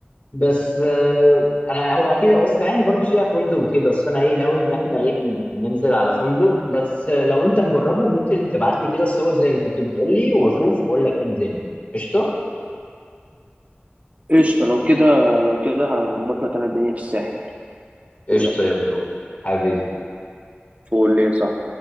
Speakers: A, on the left; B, on the right.
A: بس آه، انا هو اكيد هو السواحل برضو فيها فندق وكده بس انا ايه ناوي ان احنا ايه ننزل على فندق بس آه، لو انت مجربه ممكن تبعت لي كده الصور زي ما كنت بتقول لي واشوف واقول لك ايه الدنيا قشطه
B: قشطة لو كده لو كده هظبط لك انا الدنيا في الساحل
A: قشطه
B: متقلقش
A: يا برو حبيبي
B: فول ليه صح